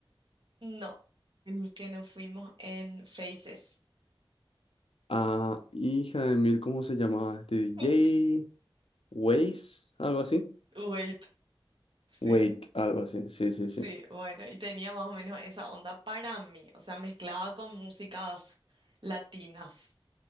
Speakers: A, on the right; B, on the left.
A: No, el que nos fuimos en Faces.
B: Ah, hija de mil, ¿cómo se llamaba? Este DJ,
A: <laughs>
B: Waze, algo así.
A: Wait, sí.
B: Wait, algo así, sí, sí,
A: Sí,
B: sí.
A: bueno, y tenía más o menos esa onda para mí, o sea, mezclaba con músicas latinas.